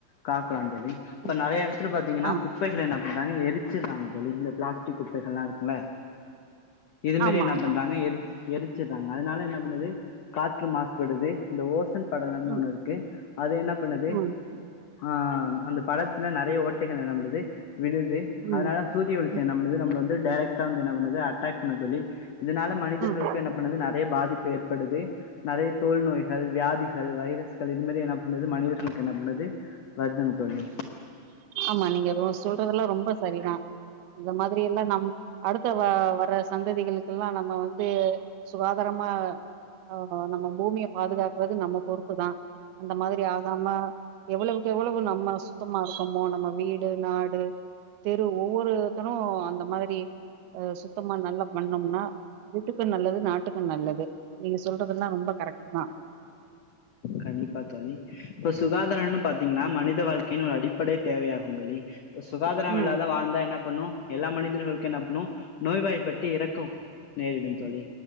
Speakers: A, on the left; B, on the right.
A: காக்கலா தோழி இப்ப
B: ம்.
A: நறைய எடத் பாத்தீங்கன்னா
B: ஆ.
A: குப்பைகள் என்ன பண்றாங்க எரிச்சிருறாங்க தோழி இந்த பிளாஸ்டிக் குப்பைகள்ல்லா இருக்குள இது மாரி
B: ஆமா,
A: என்ன
B: ஆமா.
A: பண்றாங்க எரிச் எரிச்சடுறாங்க அதனால என்ன பண்ணுது காற்று மாசுபடுது இந்த ஓசன் படலனு
B: ம்.
A: ஒண்ணு இருக்கு அது என்ன பண்ணுது
B: ம்.
A: ஆ அந்த படத்துல நெறைய ஓட்டைகள் <unintelligible> படுது விழுது
B: ம்.
A: அதனால சூரிய வெளிச்சோ
B: ம்.
A: என்ன பண்ணுது நம்மள வந்து டைரக வந்து என்ன பண்ணது அட்டாக் பண்ணுது தோழி இதனால மனிதர்களுக்கு
B: ம்.
A: என்ன பண்ணது நெறைய பாதிப்பு ஏற்படுது நறைய தோல் நோய்கள் வியாதிகள் வைரஸ்கள் இது மாதிரி என்ன பண்ணது மனிதர்களுக்கு என்ன பண்ணுது வர்துங்க தோழி
B: ஆமா நீங்க <unintelligible> சொல்றதுல்லா ரொம்ப சரிதா அந்த மாதிரி எல்லா நம் அடுத்த வ வர சந்ததிகளுக்குல்லா நம்ம வந்து சுகாதாரமா ஆ நம்ம பூமிய பாதுகாக்குறது நம்ம பொறுப்பு தா அந்த மாதிரி ஆகாம எவ்வளவுக்கு எவ்வளவு நம்ம சுத்தமா இருக் கமோ நம்ம வீடு நாடு தெரு ஒவ்வொருத்தனு அந்த மாதிரி ஆ சுத்தமா நல்ல பண்ணேம்னா வீட்டுக்கு நல்லது நாட்டுக்கு நல்லது நீங்க சொல்றதுல்லா ரொம்ப கரெக்ட் தா
A: கன்டிப்பா தோழி இப்ப சுகாதாரம்னு பாத்தீங்கன்னா மனித வாழ்க்கையின் ஒரு அடிப்படை தேவையாகு தோழி சுகாதார
B: ம்.
A: இல்லாத வாழ்ந்தா என்னா பண்ணு எல்லா மனிதர்களுக்கு என்ன பண்ணு நோய்வாய்ப்பட்டு இறக்கு நேரிடு தோழி